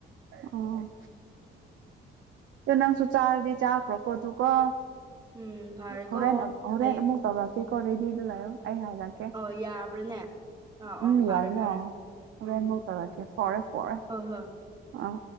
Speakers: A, on the right; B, on the right.
A: ꯑꯣ ꯀ ꯅꯪꯁꯨ ꯆꯥꯗꯤ ꯆꯥ ꯐ꯭ꯔꯛ ꯀꯣꯗꯨ ꯀ
B: ꯎꯝ ꯐꯔꯦꯀꯣ
A: ꯍꯣꯔꯦꯟꯅ ꯍꯣꯔꯦꯟꯦꯟ
B: ꯍꯌꯦꯡ
A: ꯑꯃꯨꯛ ꯇꯧꯔꯛ ꯀꯦ ꯀꯔꯗꯤꯗ ꯂꯑꯣ ꯑꯩ ꯍꯥꯏꯖꯛꯀꯦ
B: ꯑꯣ ꯌꯥꯕ꯭ꯔꯥꯅꯦ ꯑꯥ
A: ꯎꯝ
B: ꯑꯣ ꯐꯔꯦ
A: ꯌꯥꯏꯅ
B: ꯐꯔꯦ
A: ꯍꯣꯔꯦꯟ
B: ꯎꯝ
A: ꯃꯧ ꯇꯥꯔꯛꯀꯦ ꯐꯔꯦ ꯐꯔꯦ
B: ꯍꯣꯏ ꯍꯣꯏ
A: ꯑꯥ